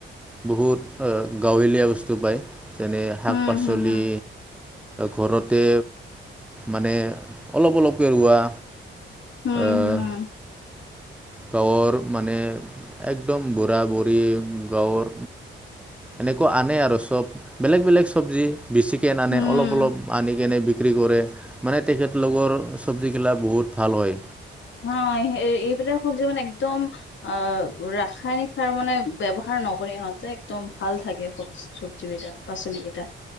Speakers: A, in the centre; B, on the left (about 65°).
A: বহুত গাঁৱলীয়া বস্তু পায় যেনে শাক
B: হুম
A: পাচলি।
B: হুম
A: ঘৰতে মানে অলপ অলপকৈ ৰোৱা।
B: হুম
A: আহ
B: হুম
A: গাঁৱৰ মানে একদম বুঢ়া-বুঢ়ী গাঁৱৰ এনেকুৱা আনে আৰু চব বেলেগ-বেলেগ চবজি। বেছিকৈ আনে
B: হুম।
A: অলপ-অলপ আন কেনে বিক্ৰী কৰে মানে তেখেতলোকৰ চব্জি কিলা বহুত ভাল হয়।
B: ন এইবিলাক সব্জি মানে একডম অ' ৰাসায়নিক সাৰ মানে ব্যৱহাৰ। নকৰি হয়ত একদম ভাল থাকে স চব্জি কেইটা পাচলি কেইটা।